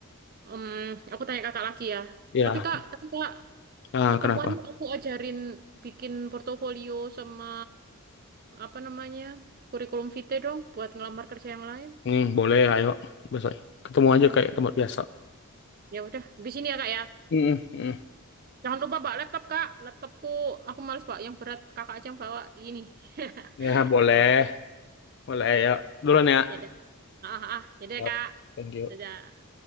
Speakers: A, on the right; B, on the left.
A: em, aku tanya kakak lagi ya.
B: ya
A: Tapi kak, tapi kak,
B: Ah,
A: ketemuannya
B: kenapa
A: aku ajarin bikin portofolio sama apa namanya kurikulum vitae dong, buat ngelamar kerja yang lain.
B: Hmm, boleh, ayo. Besok ketemu
A: Ya
B: aja
A: Udah,
B: kayak tempat biasa.
A: ya udah. Habis ini ya kak ya.
B: Hmm, hmm.
A: Jangan lupa bawa laptop kak. Laptopku aku males bawa yang berat. Kakak aja yang bawa ini. <laughs>
B: Ya, boleh.
A: Ya udah,
B: Boleh, ayo. Duluan ya.
A: ya udah. Ah, ah, ah. ya udah
B: Ya,
A: kak.
B: Thank you.
A: Dadah.